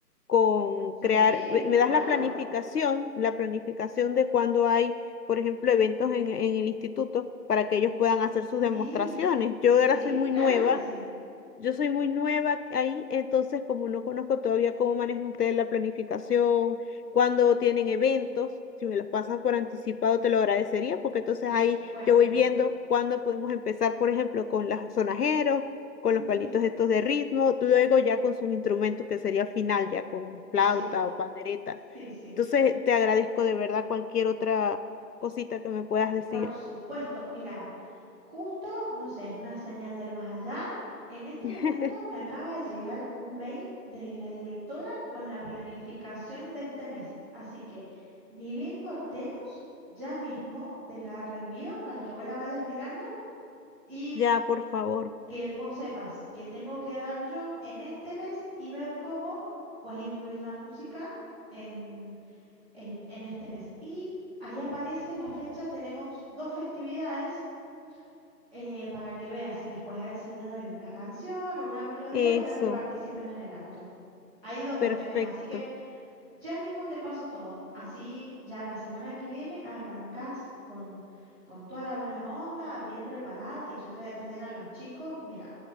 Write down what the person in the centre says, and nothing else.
Sí,
claro.
Sí,
sí,
claro
que sí,
por
supuesto.
Ujú,
Sí,
sí, sí.
Por supuesto, mira, justo, no sé, es una señal del más allá. En este
momento me acaba de llegar un mail de la directora con la planificación de este mes. Así que, ni bien cortemos, ya mismo te la reenvío para que vos la vayas mirando y
que vos sepas que tengo que dar yo en este mes y ver cómo pues incluir la música en, en en este mes. Y ahí aparece la fecha, tenemos dos festividades eh, para que veas si les puedes enseñar alguna canción o una melodía
para que participen en el acto. Hay dos
este mes, así que ya mismo te paso todo. Así ya la semana que viene arrancás con, con toda la buena onda, bien preparada, y yo te voy a tener a los chicos, mira,